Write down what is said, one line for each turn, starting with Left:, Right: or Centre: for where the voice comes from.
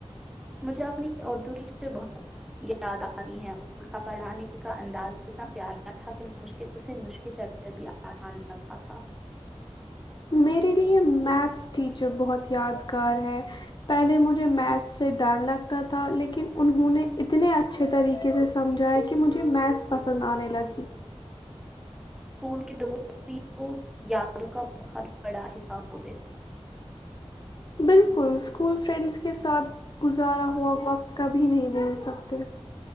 Centre: مجھے اپنی اردو ٹیچر بہت یاد آتی ہیں ان کا پڑھانے کا انداز اتنا پیارا تھا کہ مشکل سے مشکل چیپٹر بھی آسان لگتا تھا
Left: میرے لیے میتھس ٹیچر بہت یادگار ہے پہلے مجھے میتھس سے ڈر لگتا تھا لیکن انہوں نے اتنے اچھے طریقے سے سمجھاائے کہ مجھے میتھس پسند آنے لگی
Centre: اسکول کے دوست بھی تو یادوں کا بہت بڑا حصہ ہوتے تھ ہیں
Left: بالکل اسکول فرینڈس کے ساتھ گزارا ہوا وقت کبھی نہیں بول سکتے